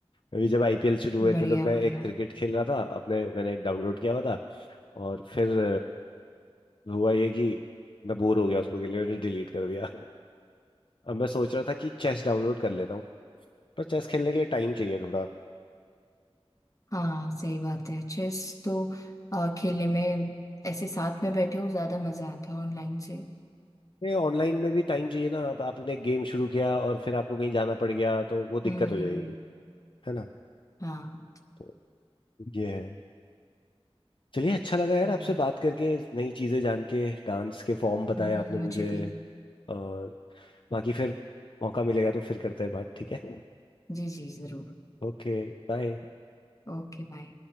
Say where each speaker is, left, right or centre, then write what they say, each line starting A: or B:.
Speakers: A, on the left (about 55°); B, on the left (about 30°).
A: अभी जब आईपीएल शुरू हुए
B: बढ़िया
A: थे तब मैं
B: बढ़िया
A: एक क्रिकेट खेल रहा था अपने मैंने एक डाउनलोड किया हुआ था और फिर अ, हुआ ये कि मैं बोर हो गया उसको के लिए मैंने डिलीट कर दिया अब मैं सोच रहा था कि चेस डाउनलोड कर लेता हूँ पर चेस खेलने के लिए टाइम चाहिए थोड़ा
B: हाँ सही बात है चेस तो आ, खेलने में ऐसे साथ में बैठे हो ज्यादा मजा आता है ऑनलाइन से
A: ये ऑनलाइन में भी टाइम चाहिए ना अब आपने गेम शुरू किया और फिर आपको कहीं जाना पड़ गया तो वो दिक्कत
B: हम्म
A: हो जाएगी है ना
B: हाँ
A: तो ये है चलिए अच्छा लगा यार आपसे
B: बढ़िया
A: बात
B: बढ़िया
A: करके नई चीजें जान के डांस के फॉर्म बताए
B: हम्म
A: आपने मुझे
B: मुझे भी
A: और बाकी फिर मौका मिलेगा तो फिर करते हैं बात ठीक है
B: जी जी जरूर
A: Okay bye
B: ओके बाय